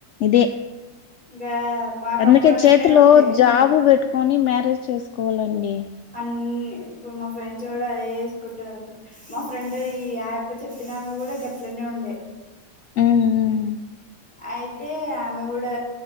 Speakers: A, on the left; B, in the centre.
A: ఇదే
B: ఇంకా మాకప్పుడు
A: అందుకే
B: అట్లనే
A: చేతిలో
B: ఉండే
A: జాబు పెట్టు కొని మ్యారేజ్ చేసుకోవాలండి
B: అన్ని ఇప్పుడు మా ఫ్రెండ్స్ కూడా అదే వేసుకుంటారు మా ఫ్రెండ్ ఈ యాప్ చెప్పినామె కూడా గట్లోనే ఉండే
A: హ్మ్
B: అయితే ఆమె కూడా